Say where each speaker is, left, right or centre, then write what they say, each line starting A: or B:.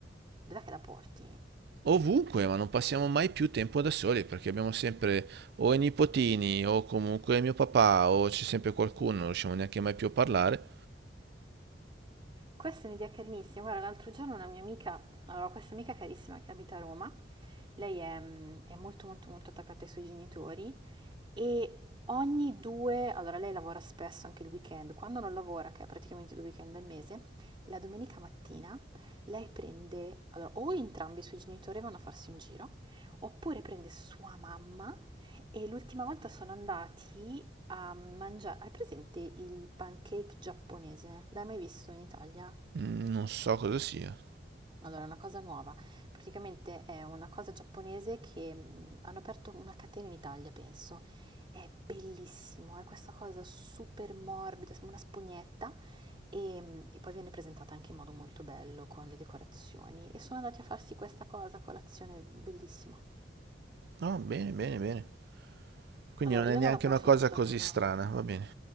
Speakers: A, on the right; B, on the right.
A: Dov'è che la porti?
B: Ovunque, ma non passiamo mai più tempo da soli perché abbiamo sempre o i nipotini o comunque mio papà o c'è sempre qualcuno, non riusciamo neanche mai più a parlare.
A: Questa è un'idea carinissima. Guarda, l'altro giorno una mia amica, allora, ho questa amica carissima che abita a Roma, lei è, mm, è molto molto molto attaccata ai suoi genitori e ogni due, allora lei lavora spesso anche il weekend, quando non lavora, che è praticamente due weekend al mese, la domenica mattina lei prende, allora o entrambi i suoi genitori vanno a farsi un giro, oppure prende sua mamma e l'ultima volta sono andati a mangiare, hai presente il pancake giapponese? L'hai mai visto in Italia?
B: Mm, Non so cosa sia.
A: Allora, è una cosa nuova. Praticamente è una cosa giapponese che mh, hanno aperto una catena in Italia, penso. È bellissimo, è questa cosa super morbida, sembra una spugnetta e, mh, e poi viene presentata anche in modo molto bello con le decorazioni. E sono andati a farsi questa cosa a colazione, bellissimo.
B: No, bene, bene, bene. Quindi
A: Allora,
B: non
A: io
B: è neanche
A: non la posso
B: una cosa
A: portare
B: così
A: fuori.
B: strana, va bene.